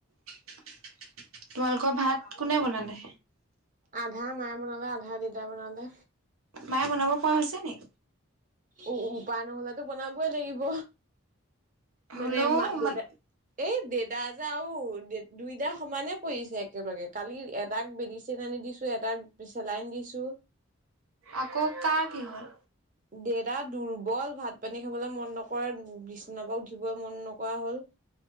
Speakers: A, on the right (about 85°); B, on the right (about 35°).
A: তোমালোকৰ ভাত কোনে বনালে?
B: আধা মায়ে বনালে আধা দিতা বনালে।
A: মাই বনাব পৰা হৈছে নি?
B: উ উপায় নহলেতো বনাবই লাগিব। মানে
A: হ'লেও
B: মা দেতাই।
A: মান
B: এই দেতা যে আউ দুইটাৰ সমানে পৰিছে একেলগে কালি এটাক মেডিচেন আনি। দিছো এটাক চেলাইন দিছো।
A: আকৌ কা কি' হল?
B: দেদা দুৰ্বল ভাত পানী খাবলৈ মন নকৰে বিচনাপা উঠিবলৈ মন নকৰা হ'ল। <inaudible>